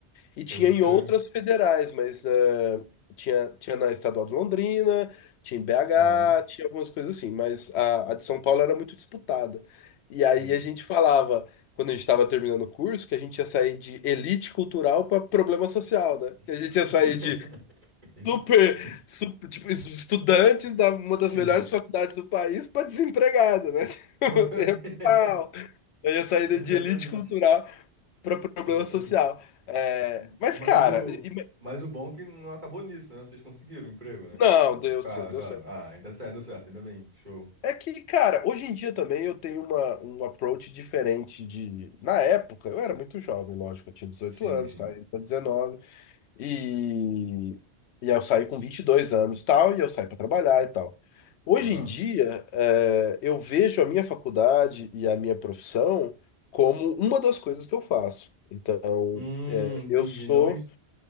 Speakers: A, on the left; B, on the right.
A: E tinha
B: pode
A: em
B: crer.
A: outras federais, mas é, tinha, tinha na Estadual de Londrina, tinha em BH,
B: Aham.
A: tinha algumas coisas assim, mas a, a de São Paulo era muito disputada. E
B: Sim.
A: aí a gente falava, quando a gente estava terminando o curso, que a gente ia sair de elite cultural para problema social, né? Que a
B: <laughs>
A: gente ia sair de Super, super, tipo, estudantes da uma das
B: Sim.
A: melhores faculdades do país para desempregado, né?
B: Provavelmente.
A: <laughs> É pau. Aí a saída
B: <laughs> Exatamente.
A: de elite cultural para problema
B: Exatamente.
A: social. É,
B: M-
A: mas,
B: Mas
A: cara,
B: o,
A: e- e-
B: mas o bom é que não acabou nisso, né? Vocês conseguiram o emprego, né?
A: não, deu
B: Claro,
A: certo, deu
B: claro.
A: certo.
B: Ah, ainda certo, deu certo, ainda bem. Show.
A: É que, cara, hoje em dia também eu tenho uma, um approach diferente de. Na época, eu era muito jovem, lógico, eu tinha dezoito
B: Sim,
A: anos,
B: sim.
A: tá? Eu tô dezenove E, e aí eu saí com 22 anos e tal, e eu saí para trabalhar e tal. Hoje
B: Aham.
A: em dia, eh, eu vejo a minha faculdade e a minha profissão como uma das coisas que eu faço. Então,
B: Hum, entendi.
A: eu sou.
B: Não. es-